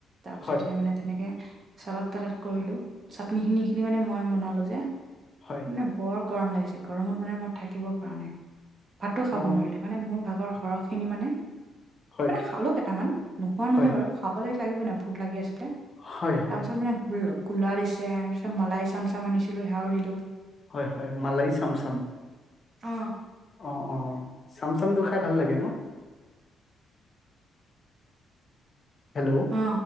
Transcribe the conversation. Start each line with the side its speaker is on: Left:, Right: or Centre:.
Right: তাৰপিছতে
Left: হয়
Right: মানে তেনেকে চালাদ তালাদ কৰিলো চাটনিখিনি সেইখিনি মানে মই বনালো যে
Left: হয়
Right: এ বৰ গৰম লাগিছে গৰমত মানে মই থাকিব পৰা নাই ভাতো খাব
Left: অ
Right: নোৱাৰিলো মানে মোৰ ভাগৰ সৰহখিনি মানে
Left: হয়
Right: মানে খালো কেইটামান নোখোৱা নহয়
Left: হয়
Right: বাৰু খ অ লাগিব নাই ভোক লাগি আছিলে তাৰপাছত
Left: হয় হয়
Right: মানে গোল গোলা দিছে তাৰপিছত মলাই চাম চাম আনিছিলো সেৱাও দিলো
Left: হয় হয় মালাই চাম চাম
Right: অ
Left: অ অ চাম চামটো খাই ভাল লাগে ন হেল্ল'
Right: অ